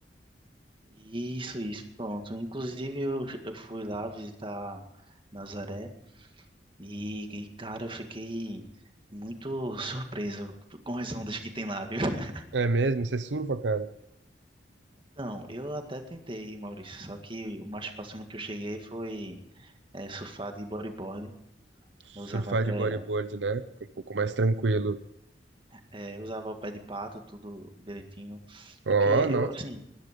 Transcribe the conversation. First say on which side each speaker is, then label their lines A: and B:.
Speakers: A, on the right; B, on the right.
A: Isso, isso, pronto. Inclusive eu, eu fui lá visitar Nazaré e, e, cara, eu fiquei muito <laughs> surpreso com as ondas que tem lá, viu? <laughs>
B: É mesmo? Você surfa, cara?
A: Então, eu até tentei, Maurício, só que o mais próximo que eu cheguei foi é, surfar de bodyboard.
B: Surfar
A: Eu usava até,
B: de bodyboard, né? É Um pouco mais tranquilo.
A: é, eu usava o pé de pato, tudo direitinho.
B: Ó,
A: Porque eu,
B: nossa.
A: assim,